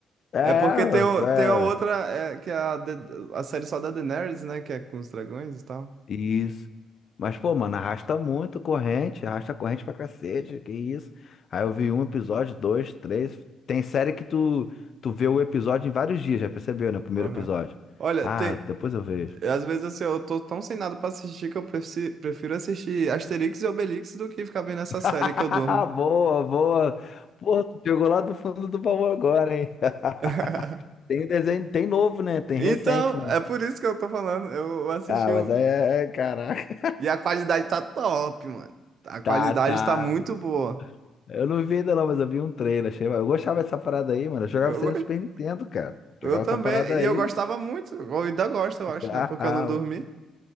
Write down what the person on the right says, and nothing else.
É porque tem, o, tem a outra, é, que é a, da- a série só da Daenerys, né? Que é com os dragões e tal.
Aham.
Olha,
tem,
às vezes assim, eu tô tão sem nada pra assistir que eu preci- prefiro assistir Asterix e Obelix do que ficar vendo essa
série que eu durmo.
<laughs>
Então,
é por isso que eu tô falando. Eu eu assisti
o...
E a qualidade tá top, mano. A qualidade
tá muito boa.
Eu,
gos-
eu
também.
E eu gostava muito. Eu ainda gosto, eu acho,
né? Porque
eu não dormi.